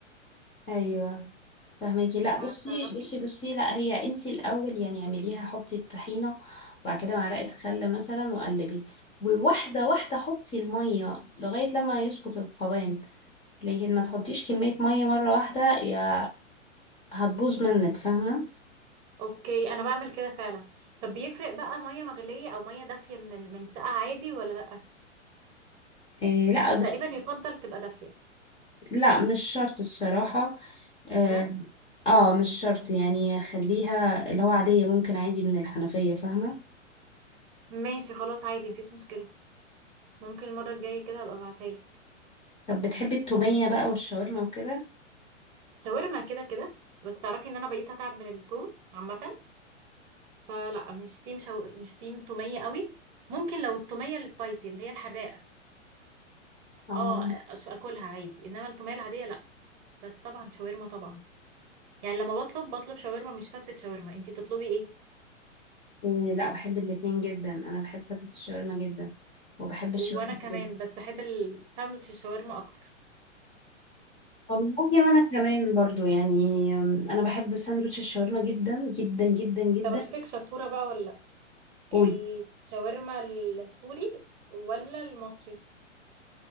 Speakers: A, on the left; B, on the right.
A: ايوه فهماكي لا
B: فتعرفي
A: بصي بصي بصي لا هي انتي الاول يعني اعمليها حطي الطحينه وبعد كده معلقه خل مثلا وقلبي وواحده واحده حطي الميه لغايه لما يظبط القوام لكن ما تحطيش كميه ميه مره واحده يا هتبوظ منك فاهمه
B: أوكي أنا بعمل كده فعلا طب بيفرق بقى مية مغلية أو مية دافية من ال- من ساقعة عادي ولا لأ
A: إيه لا
B: بس
A: ده
B: تقريبا يفضل تبقى دافية
A: لا مش شرط الصراحه اه
B: لا
A: آه، مش شرط يعني خليها اللي هو عاديه ممكن عادي من الحنفيه فاهمه
B: ماشي خلاص عادي مفيش مشكلة ممكن المرة الجاية كده أبقى أبعتها لك
A: طب بتحبي التوميه بقى والشاورما وكده
B: شاورما كده كده بس تعرفي إن أنا بقيت أتعب من التوم عامة فلا مش تيم شو... مش تيم تومية قوي ممكن لو التومية السبايسي اللي هي الحراقة
A: اه
B: اه أش- اكلها عادي انما التوميه العاديه لا بس طبعا شاورما طبعا يعني لما بطلب بطلب شاورما مش فتة شاورما انتي بتطلبي ايه
A: إيه، لا بحب الاتنين جدا انا بحب فتة الشاورما جدا وبحب الشاورما
B: وانا كمان
A: جدا
B: بس بحب الساندوتش الشاورما اكتر
A: والله وانا كمان برضو يعني أم، انا بحب ساندوتش الشاورما جدا جدا جدا جدا
B: طب اشوفك شطوره بقى ولا لا
A: وال-
B: الشاورما السوري ولا المصري